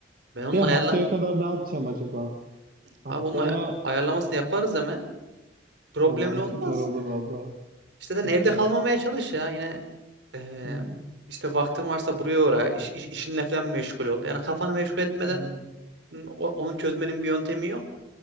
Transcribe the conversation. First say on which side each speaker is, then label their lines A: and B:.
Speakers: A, on the right; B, on the right.
A: Ben onun
B: De
A: ayarla
B: haftaya kadar ne yapacağım acaba?
A: abi
B: Haftaya
A: onun ay- ayarlamasını yaparız hemen. Problemin
B: tamam
A: olmaz.
B: süper olur vallahi.
A: İşte sen
B: Aynen.
A: evde kalmamaya çalış ya yine e,
B: Hmm,
A: işte vaktin varsa buraya uğra. İş, iş- işinle falan meşgul ol. Yani kafanı meşgul etmeden
B: hmm,
A: n- o- onu çözmenin bir yöntemi yok.